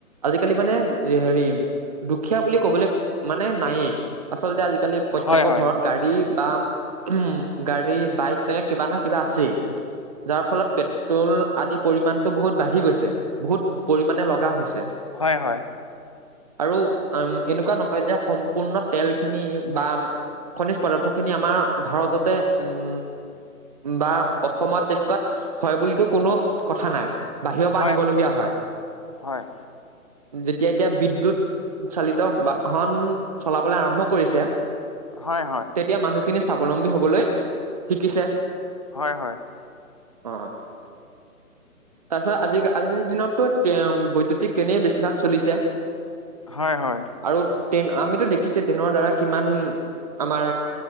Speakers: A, on the right; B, on the left.
A: আজিকালি মানে হেৰি দুখীয়া বুলি কবলে মানে নায়েই, আচলতে আজি কালি প্ৰত্যেকৰ
B: হয় হয়
A: ঘৰত গাড়ী। বা উ গাড়ী বাইক তেনেকে কিবা নহয় কিবা আছেই। যাৰ ফলত পেট্ৰল আদি পৰিমণতটো বহুত বাঢ়ি গৈছে বহুত পৰিমণে লগা হৈছে।
B: হয় হয়।
A: আৰু উ এনেকুৱা নহয় যে সম্পূৰ্ণ তেল খিনি বা খনিজ পদাৰ্থ খিনি আমাৰ ভাৰততে উম বা অসমত তেনেকুৱা হয় বুলিতো কোনো কথা নাই বাহিৰৰ পৰা
B: হয়
A: আনিবলগীয়া হয়।
B: হয়
A: যেতিয়া এতিয়া বিদ্যুৎ চালিত বাহন চলাবলৈ আৰম্ভ কৰিছে।
B: হয় হয়
A: তেতিয়া মানুহখিনি স্বাৱলম্বী হবলৈ শিকিছে।
B: হয় হয়। <inaudible>
A: অ তাৰপিছত আজি আজিৰ দিনততো বৈদ্যুতিক ট্টেইনেই বেছিভাগ চলিছে
B: হয় হয়।
A: আৰু ট্ৰেইন আমিতো দেখিছো ট্ৰেইনৰ দ্বাৰা কিমান আমাৰ